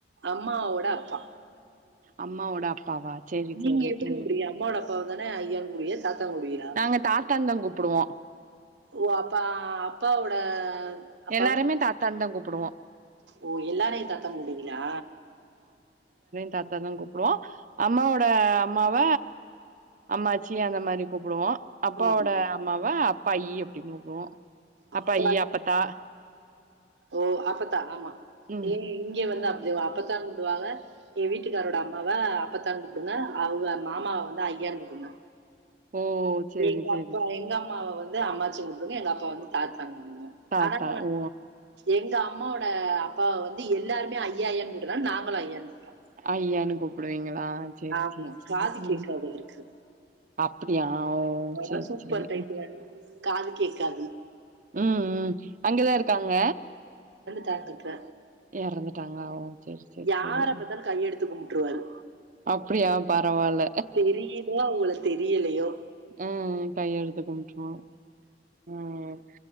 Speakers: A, on the right; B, on the right.
A: அம்மாவோட அப்பா
B: அம்மாவோட அப்பாவா சேரி
A: நீங்க
B: சேரி
A: எப்புடி
B: ம்
A: உங்களுடைய அம்மாவோட அப் அப்பாவதான ஐயான் கூப்புடுவிங்க தாத் தா கூப்புடுவிகளா
B: நாங்க தாத்தான்தா கூப்புடுவோ
A: ஓ அப்பா அப்பாவோட அப்பா
B: எல்லாருமே தாத்தான்தா கூப் படுவோ
A: ஓ எல்லாரையுந் தாத்தான் கூப்புடுவீங்களா
B: தாத்தான் கூப் வோ அம்மாவோட அ அம்மாவ அம்மாச்சி அந்த மாரி கூப்புடுவோ அப்பாவோட
A: ம்
B: அம்மாவ அப்பாயி அப்டின் கூப்புடுவோ
A: அப்பா
B: அப்பாயி அப்பத்தா
A: ஓ அப்பத்தா ஆமா
B: ம்
A: ஏ இங்க வந் தா அப்டிதேவு அப்பத்தான் கூப்புடுவாங்க எ வீட்டுக்காரோட அம்மாவ அப்பத்தான் கூப்புடுங்க அவங்க மாமாவ வந்து ஐயான் கூப்புடுங்க
B: ஓ சேரி
A: எங்க
B: சேரி
A: அப்பா எங்க அம்மாவ வந் து அம்மாச்சின் கூப்புடுங்க எங்க அப்பா வந்து தாத் தான் கூப்புடுங்க
B: தாத்தா
A: ஆனா
B: ஓ
A: எங்க அம்மாவோட அப்பாவ வந்து எல்லாருமே ஐயா ஐயான் கூப்பர்ற நால நாங்களு ஐயான் கூப்டோ
B: ஐயான் கூப்புடுவிங்க ங்ளா சேரி
A: ஆமா
B: சேரி சேரி
A: காது
B: ம்
A: கேக்காது
B: ம்
A: அவருக்கு
B: அப்டி ஓ
A: ஆனா
B: சேரி
A: சூப்பர்
B: சேரி
A: டைப்புங்க காது கேக்காது
B: ம் ம் அங்கதா இருக்காங்க
A: பாத்துப்ப
B: எறந்துட்டாங்க ஓ சேரி சேரி
A: யார
B: சேரி
A: பாத்தாலு கை எடுத்துக் கும் ட்ருவாரு
B: அப்டியா பரவால்ல
A: தெரியுதோ அவங்கள தெரியலையோ
B: அ கையெடுத்து கும்ட்டுவாங்க ம்